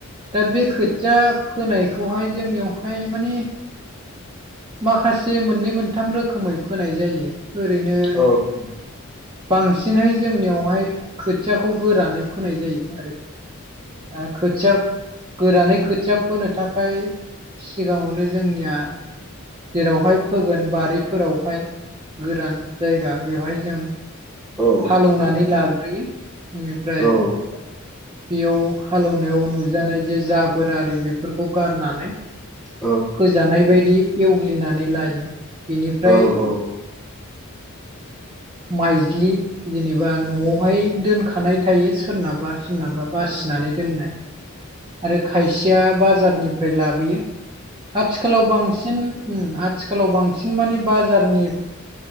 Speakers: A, on the right (about 20°); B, in the centre.
A: दा बे खोथिया फोनायखौहाय जोंनियावहाय मानि माखासे मोननै मोनथाम रोखोमै फोनाय जायो ओरैनो
B: औ
A: बांसिनहै जोंनियावहाय खोथियाखौ गोरानै फोनाय जायो आरोखि। दा खोथिया गोरानै खोथिया फोनो थाखाय सिगाङावनो जोंनिया जेरावहाय फोगोन बारिफोरावहाय गोरान जायगा बेवहाय जों
B: औ
A: हालौनानै लाग्रोयो बेनिफ्राय
B: औ औ
A: बेयाव हालौनायाव नुजानाय जे जाबोरारि बेफोरखौ गारनानै।
B: औ
A: फोजानाय बायदि एवग्लिनानै लायो बेनिफ्राय
B: औ <inaudible>
A: माइज्लि जेनेबा न'आवहाय दोनखानाय थायो सोरनाबा सोरनाबा बासिनानै दोननाय। आरो खायसेया बाजारनिफ्राय लाबोयो आथिखालाव बांसिन ओ आथिखालाव बांसिन माने बाजारनि